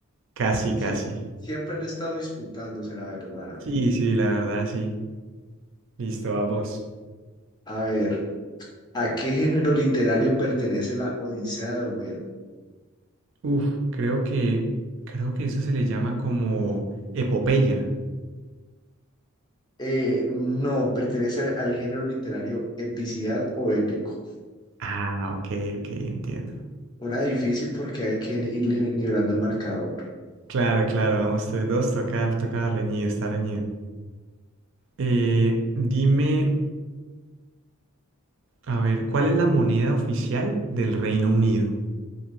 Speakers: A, on the right (about 60°); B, on the left (about 20°).
A: Casi, casi.
B: Siempre, siempre han estado disputándose, la verdad.
A: Sí, sí, la verdad, sí. Listo, a vos.
B: A ver, ¿a qué género literario pertenece la Odisea de Homero?
A: Uf, creo que, creo que eso se le llama como epopeya.
B: Eh, no, pertenece al género literario epicidad o épico.
A: Ah, ok, ok, entiendo.
B: Una difícil porque hay que ir li- nivelando el marcador.
A: Claro, claro, vamos tres dos, toca, toca reñido, está reñido. Eh, dime, a ver, ¿cuál es la moneda oficial del Reino Unido?